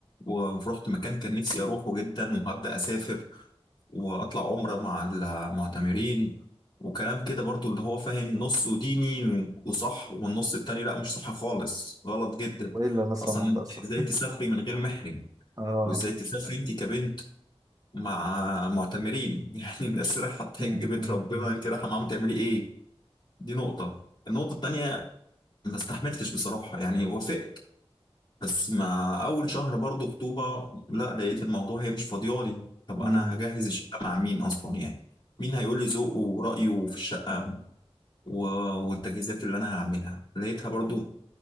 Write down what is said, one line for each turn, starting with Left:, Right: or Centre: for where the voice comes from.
Left: ورحت مكان كان نفسي اروحه جدا وهبدا اسافر واطلع عمرة مع المعتمرين وكلام كده برضو اللي هو فاهم نصه ديني وصح والنص التاني لا مش صح خالص غلط جدا
Right: وإيه اللي أنا سامعه
Left: اصلا إنت
Right: ده أصلا
Left: ازاي تسافري من غير محرم
Right: آه
Left: وازاي تسافري انت كبنت مع معتمرين <laughs> يعني الناس رايحة تحج
Right: مم،
Left: بيت
Right: مم،
Left: ربنا
Right: مم.
Left: انت رايحة معاهم تعملي ايه دي نقطة النقطة التانية ما استحملتش بصراحة يعني وافقت بس مع اول شهر برضو خطوبه لا لقيت الموضوع هي مش فاضيالي طب
Right: مم.
Left: انا هجهز الشقه مع مين اصلا يعني مين هيقول لي ذوقه ورايه في الشقه و- والتجهيزات اللي انا هعملها لقيتها برضو